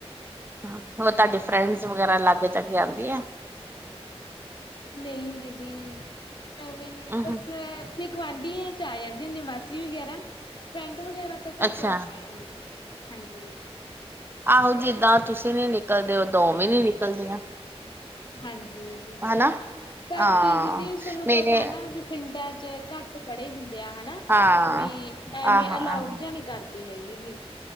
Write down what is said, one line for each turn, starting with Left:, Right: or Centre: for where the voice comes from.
Right: ਹੋਰ ਤੁਹਾਡੇ ਫਰੈਂਡਸ ਵਗੈਰਾ ਲਾਗੇ ਜਾ ਕੇ ਆਉਂਦੀ ਆ
Left: ਨਹੀਂ, ਦੀਦੀ ਐਵੇਂ ਨੀ
Right: ਹਮ
Left: ਬਸ ਏ ਫਿਰ ਗੁਆਂਢੀਆਂ ਚ ਆ ਜਾਂਦੇ ਹੁੰਦੀ, ਮਾਸੀ ਵਗੈਰਾ ਫਰੈਂਡ, ਫਰੈਂਡਸ ਵਗੈਰਾ ਤਾਂ
Right: ਅੱਛਾ
Left: ਘੱਟ ਵੱਧ ਹੀ ਆਂਦੀਆਂ, ਹਾਂਜੀ
Right: ਆਹੋ ਜਿੱਦਾਂ ਤੁਸੀਂ ਨੀ ਨਿਕਲਦੇ, ਓਦਾਂ ਔ ਵੀ ਨੀ ਨਿਕਲਦੀਆਂ।
Left: ਹਾਂਜੀ ਦੀਦੀ,
Right: ਹਨਾ
Left: ਬਾਕੀ
Right: ਹਾਂ
Left: ਦੀਦੀ ਸੋਨੂੰ
Right: ਮੇਰੇ
Left: ਪਤਾ ਨਾ ਵੀ ਪਿੰਡਾਂ ਚ ਘੱਟ ਪੜ੍ਹੇ ਹੁੰਦੇ ਆ, ਹੈਨਾ
Right: ਹਾਂ
Left: ਵੀ ਐਵੇਂ
Right: ਆਹੋ
Left: ਅਲਾਊਡ
Right: ਆਹੋ
Left: ਜਾਂ ਨਹੀਂ ਕਰਦੇ ਇਹ ਹੈਗੀ ਗੇ,